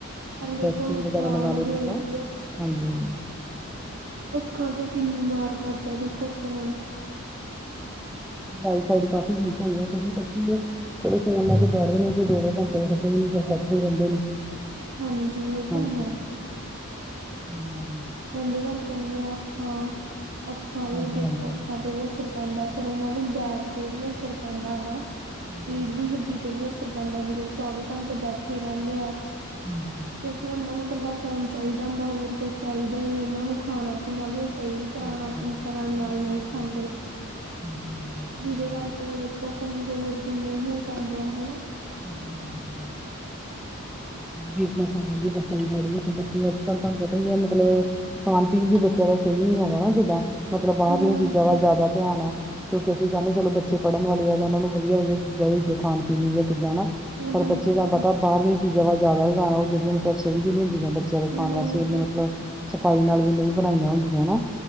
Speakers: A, on the right; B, in the centre.
A: ਪਰ ਦੇਖੋ
B: ਰੈਸਪੀ
A: ਨੁਕਸਾਨ
B: ਵਗੈਰਾ ਲਗਾ ਲੋ
A: ਦੇਹੀ
B: ਜਿੱਦਾਂ
A: ਆ
B: ਹਾਂਜੀ
A: ਅੱਖਾਂ ਤੇ ਕਿੰਨੀ ਮਾਰ ਕਰਦਾ ਦੇਖੋ ਫੋਨ
B: ਆਈ ਸਾਈਡ ਕਾਫੀ ਵੀਕ ਹੋਈ ਆ ਕਿਉਂਕਿ ਬੱਚੇ ਦੇ ਚਲੋ ਫੋਨ ਲਾ ਕੇ ਬੈਠ ਨੇ ਤੇ ਦੋੇ ਘੰਟੇ ਉੱਠਦੇ ਹੀ ਫਿਰ ਬੈਠੇ ਹੀ ਰਹਿੰਦੇ ਨੇ
A: ਹਾਂਜੀ ਇਹ ਤਾਂ
B: ਹਾਂਜੀ
A: ਹੈ
B: ਹਮ
A: ਹਦੇ ਕਰਕੇ ਹੁੰਦੀਆਂ ਅੱਖਾਂ ਅੱਖਾਂ ਵੀ
B: ਹਾਂਜੀ
A: ਦੇਖੋ
B: ਹਾਂਜੀ
A: ਅੱਖਾਂ ਤੇ ਵੀ ਅਸਰ ਪੈਂਦਾ ਫੇਰ ਉਹਨਾਂ ਦੇ ਬੈਕ ਤੇ ਵੀ ਅਸਰ ਪੈਂਦਾ ਹਨਾ
B: ਹਾਂਜੀ
A: ਰੀੜ
B: ਹਾਂਜੀ
A: ਦੀ ਹੱਡੀ ਤੇ ਵੀ ਅਸਰ ਰਹਿੰਦਾ ਜਦੋਂ ਚੌਵੀ ਘੰਟੇ ਬੈਠੇ ਰਹਿੰਦੇ ਆ
B: ਹਾਂਜੀ
A: ਕਿਉਂਕਿ ਉਹਨਾਂ ਨੂੰ ਇਕੱਲਾ ਫੋਨ ਚਾਹੀਦਾ ਹੁੰਦਾ ਹੋਰ ਕੁਝ ਚਾਹੀਦਾ ਹੀ ਨੀ ਉਹਨਾਂ ਨੂੰ ਖਾਣਾ ਬਿਨਾਂ ਵੀ ਉਹ ਸਹੀ ਤਰ੍ਹਾਂ
B: ਬਸ
A: ਨਾਲ
B: ਬਸ
A: ਤਰ੍ਹਾਂ ਨਾਲ
B: ਖਾ
A: ਨਹੀਂ
B: ਪਾਉਂਦੇ
A: ਖਾਂਦੇ
B: ਹਾਂਜੀ ਹਾਂਜੀ ਇਹ
A: ਜਿਹਦੇ
B: ਤਾਂ ਹੈ ਹੀ
A: ਕਰਕੇ
B: ਆ।
A: ਉਹ ਦੇਖੋ ਕਮਜ਼ੋਰ ਕਿੰਨੇ ਹੋ ਜਾਂਦੇ ਆ ਹਨਾ
B: ਹਾਂਜੀ
A: <inaudible>
B: ਹਾਂਜੀ ਵੀਕਨੈਸ ਆ ਜਾਂਦੀ ਬੱਚਿਆਂ ਦੀ ਬੋ ਵਿੱਚ ਬੱਚੇ ਅੱਜ ਕਲ੍ਹ ਤੁਹਾਨੂੰ ਪਤਾ ਹੀ ਹੈ ਮਤਲਬ ਖਾਣ ਪੀਣ ਵੀ ਬੱਚਿਆਂ ਦਾ ਸਹੀ ਨੀ ਹੈਗਾ ਨਾ ਜਿੱਦਾਂ ਮਤਲਬ ਬਾਹਰ
A: ਹਾਂਜੀ
B: ਦੀਆਂ ਚੀਜ਼ਾਂ ਵੱਲ ਜ਼ਿਆਦਾ ਧਿਆਨ ਆ ਕਿਉਂਕਿ ਅਸੀਂ ਚਾਹੁੰਦੇ ਚਲੋ ਬੱਚੇ ਪੜ੍ਹਨ ਵਾਲ ਆ ਜਾਂ ਉਹਨਾਂ ਨੂੰ ਵਧੀਆ ਵਧੀਆ ਚੀਜ਼ਾਂ ਹੋੀਆਂ ਖਾਣ ਪੀਣ ਦੇ ਵਿੱਚ ਕਿੱਦਾਂ ਨਾ ਪਰ
A: ਹਾਂਜੀ
B: ਬੱਚੇ ਦਾ
A: ਹਾਂਜੀ
B: ਪਤਾ ਬਾਰਵੀਂ ਚੀਜ਼ਾਂ ਵੱਲਿਆਦਾ ਵੀ ਖਾਣਾ ਉਹ ਜਿਹੜੀਆਂ ਮਤਲਬ ਸਹੀ ਵੀ ਨੀੁੰਆਂ ਬੱਚਿਆਂ ਦੇ ਖਾ
A: ਹਾਂਜੀ
B: ਵਾਸਤੇ ਇਨੇ ਮਤਲਬ ਸਫਾਈ ਨਾਲ ਵੀ ਨਹੀਂ ਬਣਾਈਆਂ ਹੁੰਦੀਆਂ ਹਨਾ